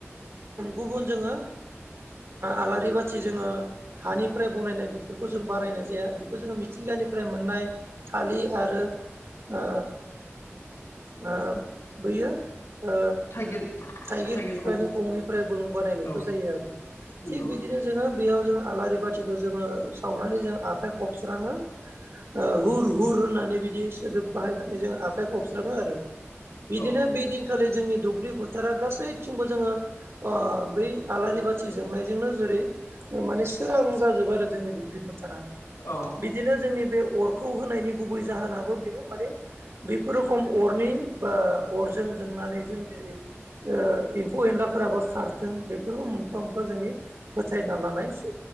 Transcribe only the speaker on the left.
थाइगिर
थाइगिरखं
औ
नंगौ
औ
औ